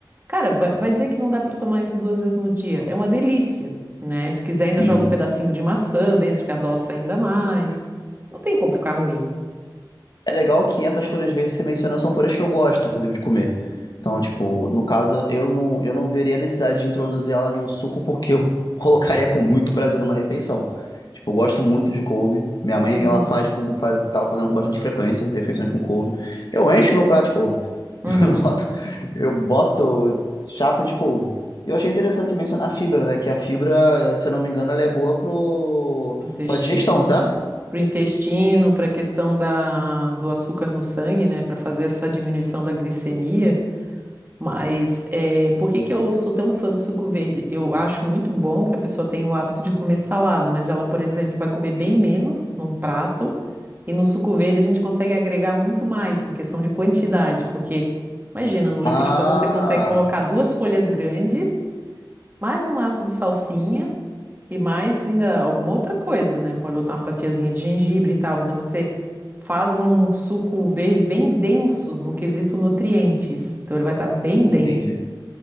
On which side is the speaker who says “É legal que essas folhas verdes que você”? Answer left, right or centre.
Left